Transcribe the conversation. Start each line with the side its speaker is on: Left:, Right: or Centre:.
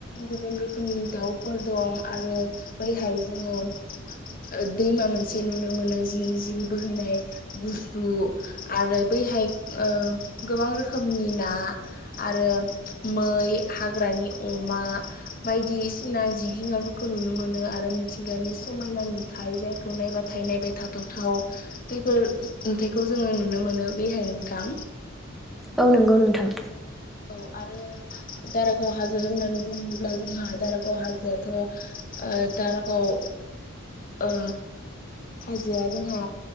Left: गुबुन रोखोमनि दाउफोर दं आरो बैहाय जोङो ओ दैमा मोनसे नुनो मोनो जिरि जिरि बोहैनाय गुसु आरो बैहाय ओ गोबां रोखोमनि ना आरो मै, हाग्रानि अमा, बायदिसिना जिब जुनारफोरखौ नुनो मोनो आरो मिथिंगानि समायना नुथाय जायखौ नायबा थाइ नायबाय थाथावथाव बेफोर नुथायखौ जोङो नुनो मोनो बेहाय नोंथां।
Centre: औ नोंगौ नोंथां।
Left: औ आरो। दारागाव हाजो होननानै बुङोब्ला जोंहा दारागाव हाजोआथ' ओ दारागाव। ओ हाजोआ जोंहा